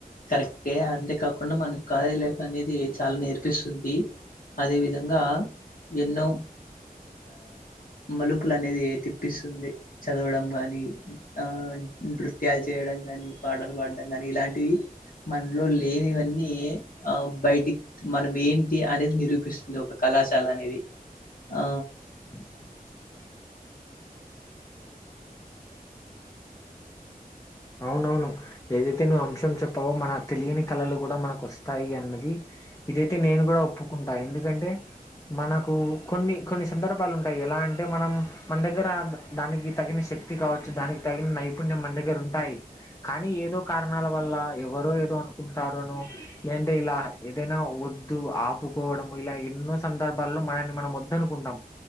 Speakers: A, on the left (about 65°); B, on the left (about 20°).
A: కరెక్టే అంతే కాకుండ మన కాలేజ్ లైఫ్ అనేది చాలా నేర్పిస్తుంది అదే విధంగా ఎన్నో మలుపులు అనేది తిప్ స్తుంది చదవడం గాని ఆ నృత్యాలు చేయడం కాని పాటలు పాడం కాని ఇలాంటివి మనలో లేనివన్నీ ఆ బయటి మనం ఏంటి అనేది నిరూపిస్తుంది ఒక కళాశాల అనేది ఆ
B: <inaudible> అవునవును ఏదైతే ను్వు అంశం చెప్పావో మన తెలియని కళలు కూడ మనకు వస్తాయి అన్నది ఇదైతే నేను కూడా ఒప్పుకుంటా ఎందుకంటే మనకు కొన్ని కొన్ని సందర్భాలు ఉంటాయి ఎలా అంటే మనం మన దగ్గర దానికి తగిన శక్తి కావచ్చు దానికి తగిన నైపుణ్యం మన దగ్గర ఉంటాయి కానీ ఏదో కారణాల వల్ల ఎవరో ఏదో అనుకుంటారనో లేంటే ఇల ఏదైనా ఒద్దు ఆపుకోవడం ఇల ఎన్నో సందర్భాలో మనని మనం వద్దనుకుంటాం